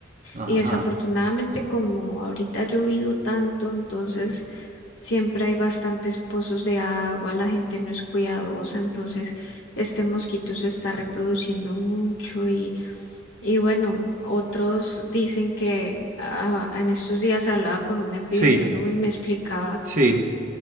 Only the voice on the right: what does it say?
Ajá.
Sí,
sí,